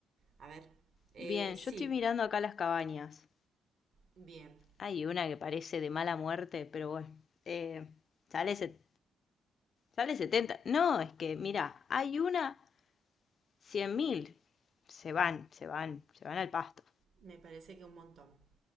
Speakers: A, on the right; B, on the left.
A: A ver. Eh,
B: Bien,
A: sí,
B: yo estoy mirando acá las cabañas.
A: bien.
B: Hay una que parece de mala muerte, pero bueno, eh, sale, se- sale 70. No, es que, mira, hay una 100.000. Se van, se van, se van al pasto.
A: Me parece que un montón.